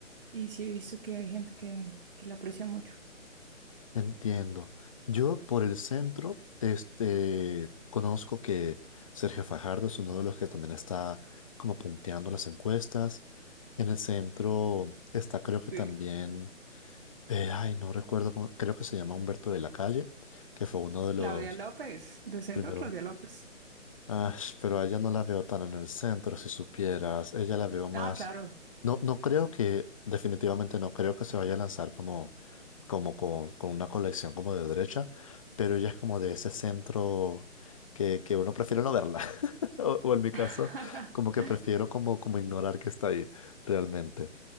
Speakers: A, on the right; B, on the left.
A: y sí he visto que hay gente que, que la aprecia mucho.
B: Entiendo. Yo por el centro, este, conozco que Sergio Fajardo es uno de los que también está como punteando las encuestas. En el centro está creo que
A: Sí.
B: también, eh, ay, no recuerdo cómo, creo que se llama Humberto de la Calle, que fue uno de los
A: Claudia López, de Centro
B: primeros.
A: Claudia López.
B: Ah, <laughs> pero a ella no la veo tan en el centro, si supieras. Ella la veo más.
A: Ah, claro.
B: No, no creo que, definitivamente no creo que se vaya a lanzar como como con, con una colección como de derecha, pero ella es como de ese centro que, que uno prefiere no verla, <laughs> o, o en mi
A: <laughs>
B: caso, como que prefiero como, como ignorar que está ahí realmente.